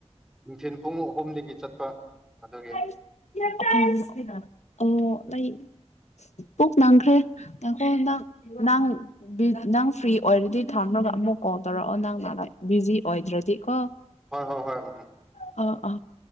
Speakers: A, in the centre; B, on the left.
A: ꯅꯨꯡꯊꯤꯟ ꯄꯨꯡ ꯑꯍꯨꯝꯗꯒꯤ ꯆꯠꯄ ꯑꯗꯨꯒꯤ
B: <unintelligible> ꯑꯣ ꯂꯩꯥ ꯄꯨꯛ ꯅꯪꯈ꯭ꯔꯦ ꯉꯥꯏꯈꯣ ꯅꯪ ꯅꯪ ꯕꯤ ꯅꯪ ꯐ꯭ꯔꯤ ꯑꯣꯏꯔꯗꯤ ꯊꯝꯔꯒ ꯑꯃꯨꯛ ꯀꯣꯜ ꯇꯧꯔꯛꯑꯣ ꯅꯪꯅ ꯕꯤꯖꯤ ꯑꯣꯏꯗ꯭ꯔꯗꯤꯀꯣ
A: ꯍꯣꯏ ꯍꯣꯏ ꯍꯣꯏ ꯎꯝ
B: ꯑ ꯑ